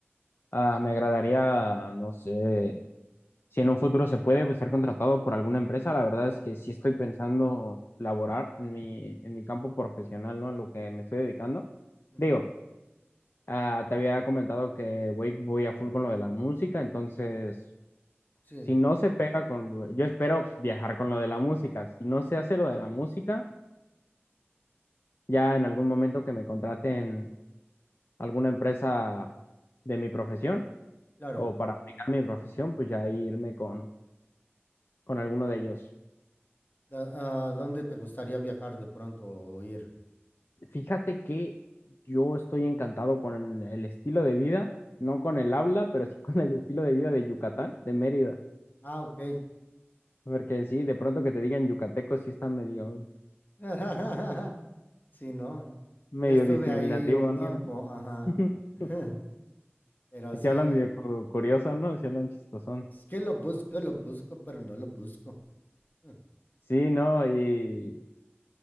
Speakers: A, on the left; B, on the left.
A: Ah, me agradaría, no sé, si en un futuro se puede pues, ser contratado por alguna empresa. La verdad es que sí estoy pensando laborar en mi, en mi campo profesional, ¿no? En lo que me estoy dedicando.
B: ujú,
A: Digo, ah, te había comentado que voy, voy a full con lo de la música, entonces,
B: Sí,
A: si no se pega con, yo espero viajar con lo de la música. Si no se hace lo de la música, ya en algún momento que me contraten. alguna empresa de mi profesión
B: claro.
A: o para aplicar mi profesión, pues ya irme con, con alguno de ellos.
B: Da- ¿A dónde te gustaría viajar de pronto o ir?
A: Fíjate que yo estoy encantado con el estilo de vida, no con el habla, pero sí <laughs> con el
B: Mm.
A: estilo de vida de Yucatán, de Mérida.
B: Ah, ok.
A: Porque sí, de pronto que te digan yucateco sí está medio,
B: <laughs> Sí, ¿no?
A: medio
B: Yo estuve
A: discriminativo,
B: ahí un tiempo,
A: ¿no?
B: ajá.
A: <laughs>
B: <laughs> Pero
A: Y
B: sí,
A: si hablan medio cu- curioso, ¿no? Si hablan chistosón.
B: es que lo busco, lo busco, pero no lo busco. <laughs>
A: Sí, ¿no? Y